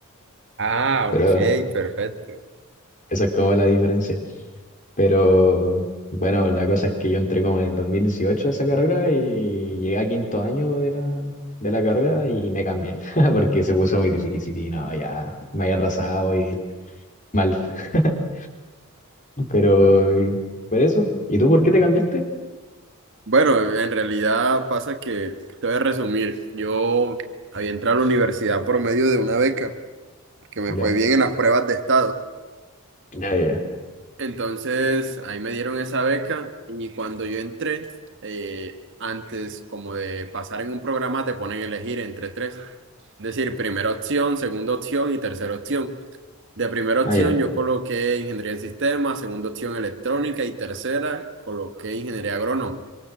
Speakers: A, on the right; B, on the left.
A: Ah,
B: pero
A: ok,
B: eso
A: perfecto.
B: es como la diferencia. Pero bueno, la cosa es que yo entré como en el 2018 a esa carrera y llegué a quinto año de la, de la carrera y me cambié <laughs> porque se puso muy difícil y no, ya me había atrasado y... Mal. <laughs> Pero, y- por eso. ¿Y tú por qué te cambiaste?
A: Bueno, en realidad pasa que, te voy a resumir, yo había entrado a la universidad por medio de una beca, que me
B: Ya,
A: fue bien en las pruebas de estado.
B: ya, ya. ya.
A: Entonces, ahí me dieron esa beca y cuando yo entré, eh, antes como de pasar en un programa, te ponen a elegir entre tres. Es decir, primera opción, segunda opción y tercera opción. De primera opción
B: Ah, ya,
A: yo coloqué ingeniería en sistemas, segunda opción electrónica y tercera coloqué ingeniería agrónoma